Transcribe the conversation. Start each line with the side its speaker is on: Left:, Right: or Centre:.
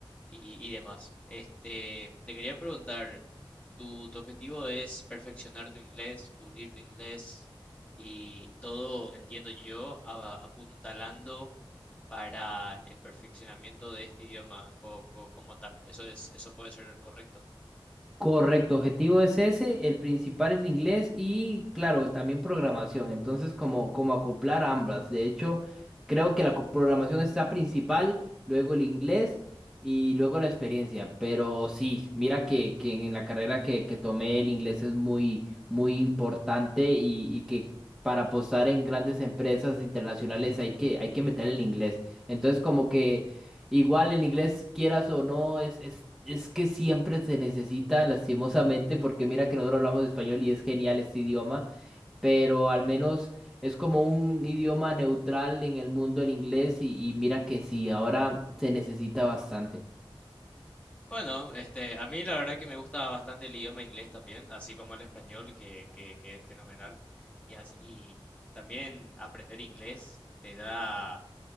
Left: y, y demás. Este, te quería preguntar, ¿tu, tu objetivo es perfeccionar tu inglés, pulir tu inglés y todo, entiendo yo, a- apuntalando? para el perfeccionamiento de este idioma co- co- como tal. Eso es, eso puede ser correcto.
Centre: Correcto, objetivo es ese, el principal el inglés y claro, también programación. Entonces, como, como acoplar ambas. De hecho, creo que la co- programación está principal, luego el inglés y luego la experiencia. Pero sí, mira que, que en la carrera que, que tomé el inglés es muy, muy importante y, y que para apostar en grandes empresas internacionales hay que, hay que meter el inglés. Entonces, como que... Igual el inglés, quieras o no, es, es, es que siempre se necesita, lastimosamente, porque mira que nosotros hablamos español y es genial este idioma, pero al menos es como un idioma neutral en el mundo el inglés y, y mira que sí, ahora se necesita bastante.
Left: Bueno, este, a mí la verdad que me gusta bastante el idioma inglés también, así como el español, que, que, que es fenomenal. Y, así, y también aprender inglés te da